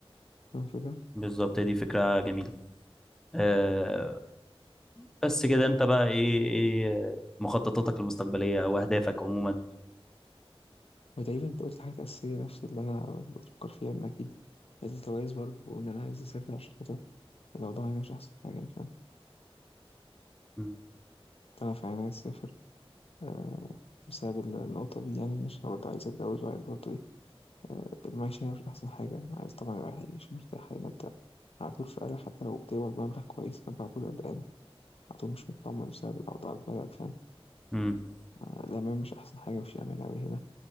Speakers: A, on the left (about 70°); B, in the centre.
A: الفكرة
B: بالظبط دي فكره جميله أه بس كده انت بقى ايه ايه مخططاتك المستقبليه او اهدافك عموما
A: وتقريبا أنت قلت حاجة أساسية نفس اللي أنا بفكر فيها إن أكيد الجواز برضه وإن أنا عايز أسافر عشان خاطر الأوضاع هنا مش أحسن حاجة يعني فاهم
B: امم
A: فأنا فعلا عايز أسافر آه، بسبب ال- النقطة دي يعني عشان أنا برضه عايز أتجوز وعايز برضه إيه آه، المعيشة هنا مش أحسن حاجة عايز طبعا الواحد يعيش مرتاح هنا أنت على طول في قلق حتى لو بتقبض مبلغ كويس فأنت على طول قلقان عدو مش مطمن بسبب أوضاع البلد فاهم
B: أمم.
A: الأمان مش أحسن حاجة مفيش أمان أوي هنا